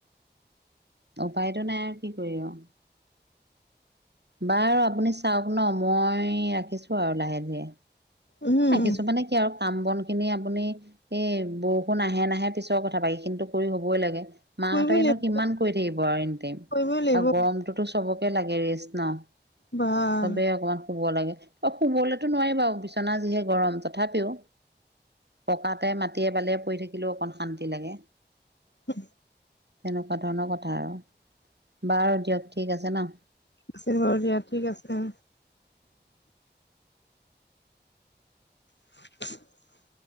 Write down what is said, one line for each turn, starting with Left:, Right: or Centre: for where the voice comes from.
Right: উপায়তটো নাই আৰু কি কৰিব আ বাৰু আপুনি চাওক ন মই ৰাখিছো আৰু লাহে ধীৰে।
Left: উম,
Right: ৰাখিছো মানে কি আৰু কাম বন খিনি আপুনি এই বৰষুণ আহে নাহে পিছৰ কথা পা এই খিনিটো কৰি হবই লাগে। মাহঁতনো
Left: কৰিবই লাগিব
Right: কিমান কৰি থাকিব আৰু এন টোইম
Left: কৰিবই লাগিব
Right: আৰু গৰমটোতো চবকে লাগে ৰেচ ন
Left: বাহ
Right: চবেই অকমান শুব লাগে অ শুবলৈতো নোৱাৰি বাৰু বিচনা যিহে গৰম তথাপিও পকাতে মাটিয়ে বালিয়ে পৰি থাকিলেও অকণ শান্তি লাগে।
Left: উ
Right: তেনেকুৱা ধৰণৰ কথা আৰু বাৰ দিয়ক ঠিক আছে ন।
Left: আশ বাৰ দিয়া ঠিক আছে। <unintelligible>